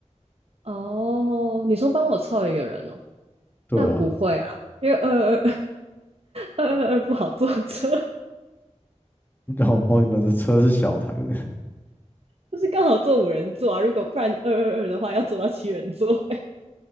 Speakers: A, on the right (about 55°); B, on the left (about 15°).
A: 哦，你说帮我凑一个人哦。
B: 对啊，
A: 那不会啊，因为二二二二二不好坐车，
B: 然后哦，你们的车是小台的，
A: 就是刚好坐五人座啊。如果不然二二二的话，要坐到七人座、<laughs> 欸，